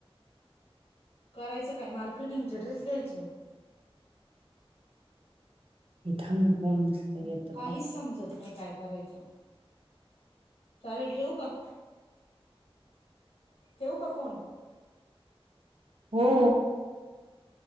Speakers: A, on the left; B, on the right.
A: करायचं काय... मला फिडिंगचे ड्रेस घ्यायचे
B: हे थांब ना कोण येत
A: काहीच समजत नाई... काय करायचं? चालेल... ठेवू का? ठेवू का फोन?
B: हो.